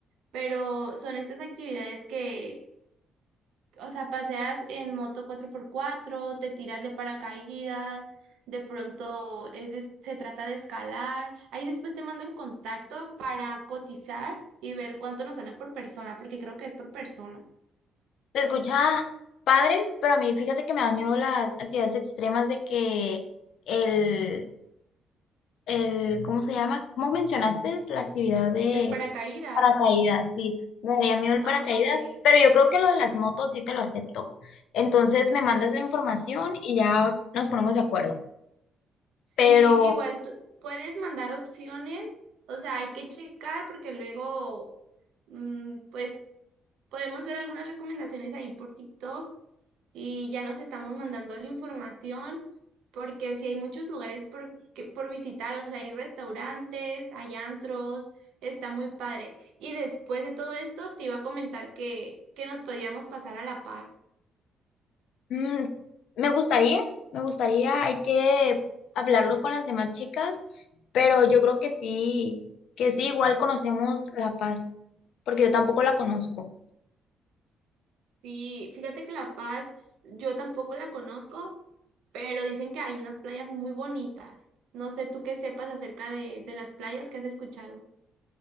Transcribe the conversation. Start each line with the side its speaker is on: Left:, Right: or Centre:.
Right: pero son estas actividades que, o sea, paseas en moto cuatro por cuatro te tiras de paracaídas, de pronto es de- se trata de escalar. Ahí después te mando el contacto para cotizar y ver cuánto nos sale por persona, porque creo que es por persona.
Left: Se escucha padre, pero a mí fíjate que me da miedo las actividades extremas de que el el, ¿cómo se llama? ¿Cómo mencionaste? Es La actividad de
Right: El paracaídas,
Left: paracaídas, sí. Me daría miedo el
Right: aunque
Left: paracaídas, pero yo creo que lo de las motos sí te lo acepto. Entonces me mandas la información y ya nos ponemos de acuerdo.
Right: sí,
Left: Pero
Right: igual tú puedes mandar opciones. O sea, hay que checar porque luego Mm, pues podemos ver algunas recomendaciones ahí por TikTok y ya nos estamos mandando la información porque sí hay muchos lugares por, que, por visitar, o sea, hay restaurantes, hay antros, está muy padre. Y después de todo esto te iba a comentar que, que nos podíamos pasar a La Paz.
Left: mm, me gustaría, me gustaría, hay que hablarlo con las demás chicas, pero yo creo que sí, que sí, igual conocemos La Paz, porque yo tampoco la conozco.
Right: Sí, fíjate que La Paz yo tampoco la conozco, pero dicen que hay unas playas muy bonitas. No sé tú qué sepas acerca de, de las playas que has escuchado.